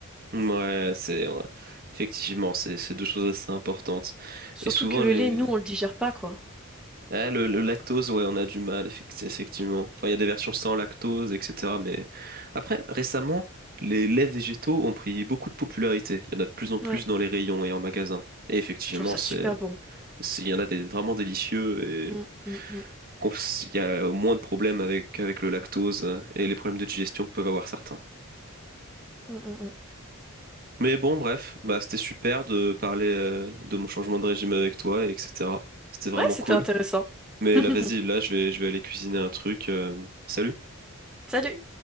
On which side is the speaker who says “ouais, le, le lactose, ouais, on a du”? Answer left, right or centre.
Right